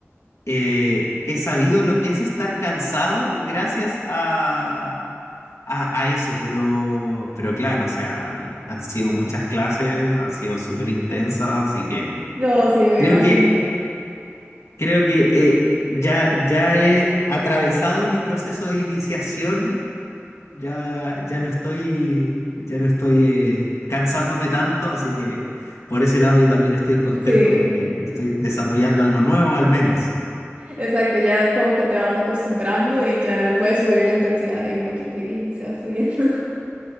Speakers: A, on the left; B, on the right.
A: eh, he sabido lo que es estar cansado gracias a, a, a eso, pero, pero claro, o sea, han, han sido muchas clases, han sido súper intensas, así que
B: No, sí, me
A: creo
B: imagino.
A: que Creo que eh, ya, ya he atravesado mi proceso de iniciación, ya, ya no estoy, ya no estoy eh, cansándome tanto, así que por ese lado yo también estoy contento
B: Sí,
A: porque estoy desarrollando algo nuevo al menos.
B: exacto. Ya como que te vas acostumbrando y ya le puedes subir la intensidad ahí un poquito y, y se va subiendo. <laughs>